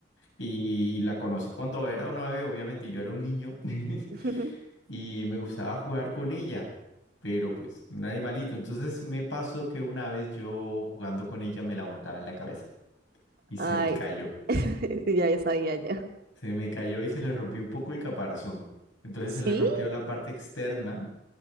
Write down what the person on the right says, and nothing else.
<laughs>
Ay,
<laughs> Ya, ya sabía ya.
¿Sí?